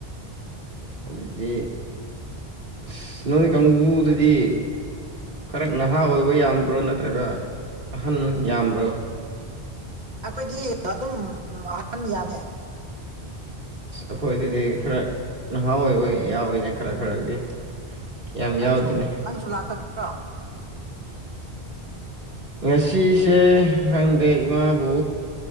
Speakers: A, on the right; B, on the right.
A: ꯑꯗꯨꯗꯤ ꯑꯁ ꯅꯣꯏ ꯀꯥꯡꯕꯨꯗꯨꯗꯤ ꯈꯔ ꯅꯍꯥ ꯑꯣꯏꯕ ꯌꯥꯝꯕ꯭ꯔꯣ ꯅꯠꯇ꯭ꯔꯒ ꯑꯍꯟ ꯌꯥꯝꯕ꯭ꯔꯣ
B: ꯑꯩꯈꯣꯏꯗꯤ ꯑꯗꯨꯝ ꯑꯍꯥꯟ ꯌꯥꯝꯃꯦ
A: ꯑꯩꯈꯣꯏꯗꯗꯤ ꯈꯔ ꯅꯍꯥ ꯑꯣꯏꯕ ꯌꯥꯎꯋꯤꯅꯦ ꯈꯔ ꯈꯔꯗꯤ ꯌꯥꯝ
B: ꯍꯣꯏ ꯅꯪꯁꯨ-
A: ꯌꯥꯎꯗꯦꯅꯦ
B: ꯅꯪꯁꯨ ꯂꯥꯛꯀꯗ꯭ꯔꯣ
A: ꯉꯁꯤꯁꯦ ꯈꯪꯗꯦ ꯏꯃꯥꯕꯨ